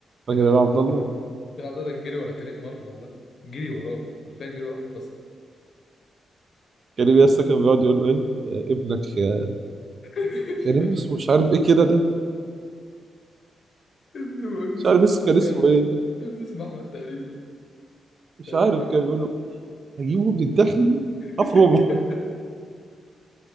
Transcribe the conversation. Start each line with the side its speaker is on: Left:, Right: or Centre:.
Left: كان
Right: فاكر
Left: يلعب
Right: هير عبد
Left: عبد الله
Right: الله
Left: يا عم يلعب عبد الله ده كان جري ورا كريم مرة والله جري وراه حرفيا جري وراه في الفصل
Right: كان لسه كان بيقعد يقول له ايه آه، ابنك آه،
Left: <laughs>
Right: كان ابنه اسمه مش عارف ايه كده ده
Left: ابنه ابنه
Right: مش
Left: اسمه
Right: عارف لسه
Left: احمد
Right: كان
Left: باين
Right: اسمه ايه
Left: ابنه اسمه احمد تقريبا
Right: مش
Left: تقريبا
Right: عارف
Left: يعني
Right: كان بيقول له هجيبه من الداخلي هفرمه
Left: <laughs>